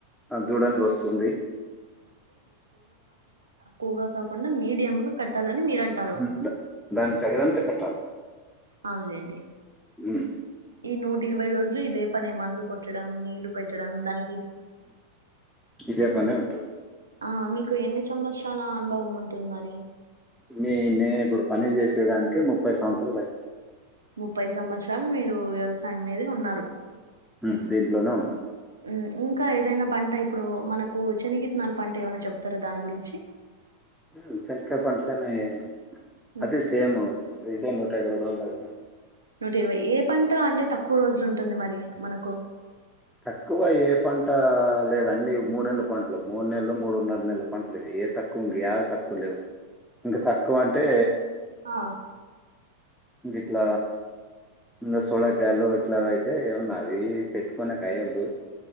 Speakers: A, in the centre; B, on the right (about 75°).
A: <unintelligible> వస్తుంది
B: వగా కాకుండా మీడియం గా కట్టాలని మీరంటారు
A: ఉమ్, దా- దానికి తగినంత కట్టాల్
B: అవునులెండి
A: ఉ
B: ఈ నూటి ఇరవై రోజులు ఇదే పనే మందు కొట్టడం నీళ్లు పెట్టడం దన్
A: ఇదే పనే ఉంటు
B: ఆ మీకు ఎన్ని సంవత్సరాల అనుభవం ఉంటుంది మరి
A: నేను నేను ఇప్పుడు పని చేసేదానికి ముప్పై సంవత్సరాలు అయి
B: ముప్పై సంవత్సరాలు మీరు వ్యవసాయం మీదే ఉన్నారు
A: హు దీంట్లోనే ఉన్నాం
B: ఉమ్ ఇంకా ఏదైనా పంట ఇప్పుడు మనకు శనగితనాల పంట ఏమైనా చెప్తారా దాని గురించి
A: హు చెనికాయ్
B: ఉమ్,
A: అదే సేమ్ ఇదే <unintelligible>
B: నూట ఇరవై ఏ పంట అంటే తక్కువ రోజులు ఉంటుంది మరి మనకు
A: తక్కువ ఏ పంట లేద అన్ని మూడు నెలల పంటలు మూడు నెలలు మూడున్నర నెలల పంటలు ఏ తక్కువ ఇంక యావి తక్కువ లేవు ఇంక తక్కువ అంటే
B: ఆ
A: ఇంగిట్ల ఇంకా సోడకాయలు ఇట్లావి అయితే ఏన్నా అవి పెట్టుకునేకి అయ్యేల్దు